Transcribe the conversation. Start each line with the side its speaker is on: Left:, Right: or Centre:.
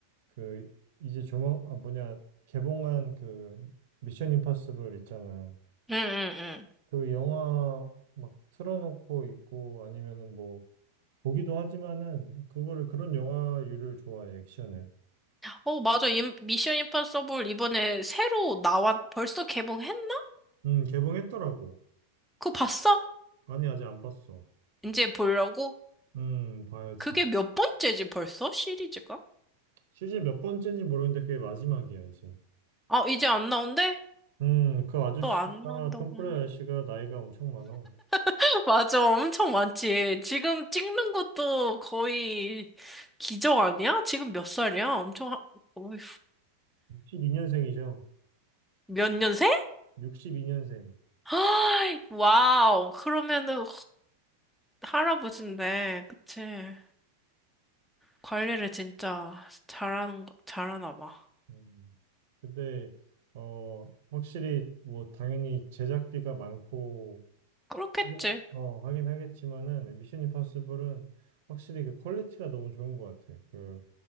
Right: 그 이제 조만 아 뭐냐 개봉한 그 미션 임파서블 있잖아.
Centre: 응응응.
Right: 그 영화 막 틀어놓고 있고 아니면은 뭐 보기도 하지만은 그거를 그런 영화류를 좋아해 액션을.
Centre: 어, 맞아. 임- 미션 임파서블 이번에 새로 나왔, 벌써 개봉했나?
Right: 음 개봉했더라고.
Centre: 그거 봤어?
Right: 아니 아직 안 봤어.
Centre: 이제 보려고?
Right: 음 봐야지.
Centre: 그게 몇 번째지 벌써? 시리즈가?
Right: 시즌 몇 번째인지 모르겠는데 그게 마지막이야, 이제.
Centre: 아, 이제 안 나온대?
Right: 음, 그 아저씨가,
Centre: 또 안 나온다고
Right: 톰 크루즈
Centre: 하니.
Right: 아저씨가 나이가 엄청 많아.
Centre: <laughs> 맞아. 엄청 많지. 지금 찍는 것도 거의 기적 아니야? 지금 몇 살이야? 엄청, 하... 어휴,
Right: 62년생이죠.
Centre: 몇 년생?
Right: 62년생.
Centre: 아, 와우. 그러면은 할아버지인데, 그치? 관리를 진짜 잘하는 거, 잘하나 봐.
Right: 음. 근데, 어, 확실히, 뭐, 당연히 제작비가 많고,
Centre: 그렇겠지.
Right: 하긴, 하- 어, 하긴 하겠지만은, 미션 임파서블은 확실히 그 퀄리티가 너무 좋은 것 같아. 그,